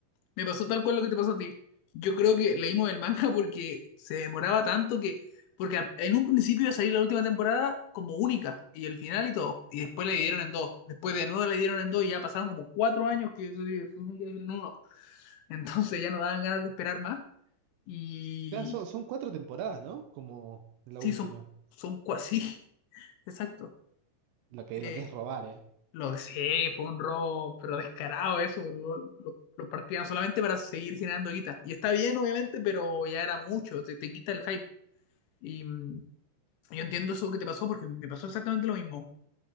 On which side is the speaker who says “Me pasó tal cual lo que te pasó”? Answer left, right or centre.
Left